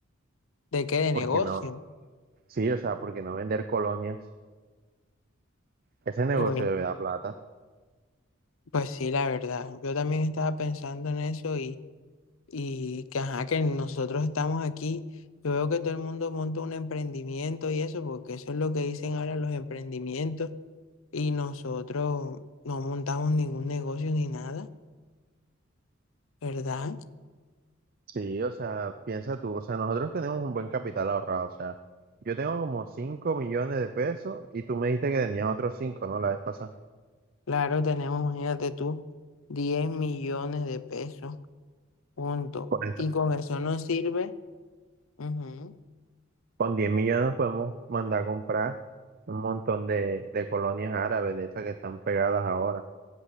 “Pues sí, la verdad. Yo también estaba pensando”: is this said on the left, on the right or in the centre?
Left